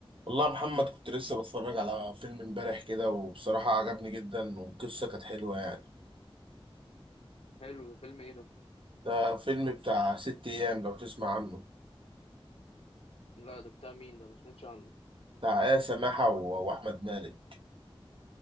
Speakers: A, on the right; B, on the left.
A: والله يا محمد كنت لسه بتفرج على فيلم امبارح كده وبصراحة عجبني جدا والقصة كانت حلوة يعني
B: حلو ده فيلم ايه ده
A: ده فيلم بتاع ست أيام لو تسمع عنه
B: لا ده بتاع مين ده ما سمعتش عنه
A: بتاع آية سماحة و- وأحمد مالك